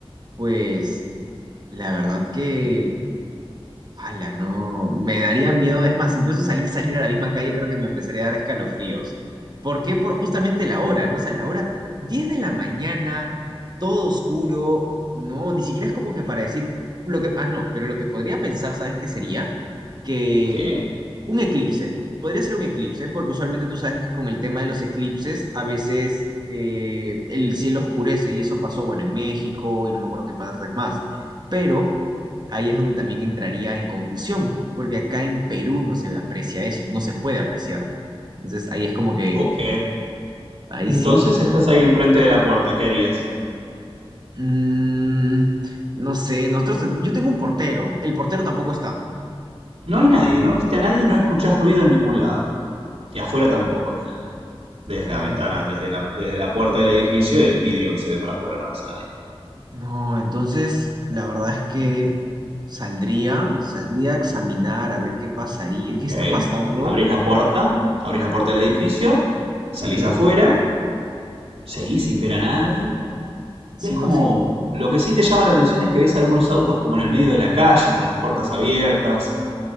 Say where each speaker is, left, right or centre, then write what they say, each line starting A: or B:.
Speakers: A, on the right; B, on the right.
A: pues, la verdad que... Ala, no, me daría miedo, es más, incluso salir, salir a la misma calle creo que me empezaría a dar escalofríos. ¿Por qué? Por justamente la hora, ¿no? O sea, la hora 10 de la mañana, todo oscuro, no, ni siquiera es como que para decir lo que, ah, no, pero lo que podría pensar, ¿sabes qué sería? Que
B: ¿Qué?
A: un eclipse. Podría ser un eclipse, porque usualmente tú sabes que con el tema de los eclipses, a veces eh, el cielo oscurece, y eso pasó, bueno, en México, y no me acuerdo qué pasa más. Pero ahí es donde también entraría en confusión, porque acá en Perú no se aprecia eso, no se puede apreciar. Entonces ahí es como que,
B: Ok.
A: ahí
B: Entonces
A: sí,
B: estás ahí enfrente de la puerta, ¿qué harías?
A: mm, no sé, nosotros, ten- yo tengo un portero, el portero tampoco está.
B: No hay nadie, no viste a nadie, no escuchás ruido en ningún lado. Y afuera tampoco ves a nadie. Desde la
A: ¡Hala!
B: ventana, desde la, desde la puerta del edificio y el vidrio que se ve para afuera, no ves a nadie.
A: No, entonces la verdad es que saldría, saldría a examinar a ver qué pasaría,
B: Ok.
A: qué está pasando.
B: Abrís la puerta, abrís la puerta del edificio, salís
A: Sí,
B: afuera, seguís sin ver a nadie.
A: sigo
B: Ves como...
A: sin...
B: Lo que sí te llama la atención es que ves algunos autos como en el medio de la calle, con las puertas abiertas,